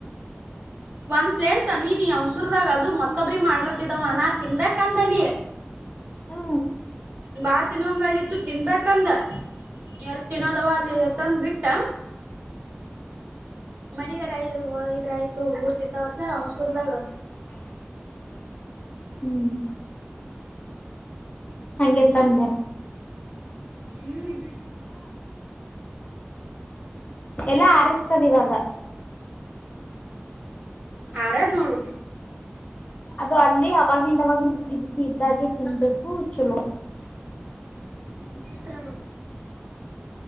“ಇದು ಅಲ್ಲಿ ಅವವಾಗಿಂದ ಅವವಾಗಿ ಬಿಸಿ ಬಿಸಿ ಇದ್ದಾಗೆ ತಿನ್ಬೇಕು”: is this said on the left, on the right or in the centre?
Left